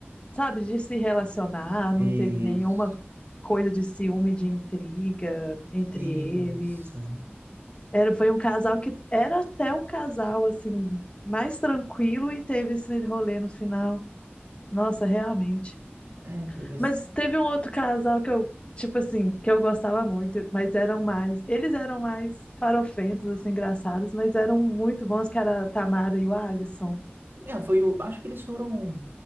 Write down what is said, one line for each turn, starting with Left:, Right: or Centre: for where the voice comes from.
Left: sabe, de se relacionar,
Right: Isso.
Left: não teve nenhuma coisa de ciúme, de intriga entre
Right: Isso.
Left: eles. Era, foi um casal que era até o casal, assim, mais tranquilo e teve esse rolê no final. Nossa, realmente.
Right: É, deve
Left: Mas
Right: ser.
Left: teve um outro casal que eu, tipo assim, que eu gostava muito, mas eram mais. Eles eram mais farofentos, assim, engraçados, mas eram muito bons, que era a Tamara e o Alisson.
Right: Ah, foi o. Acho que eles foram.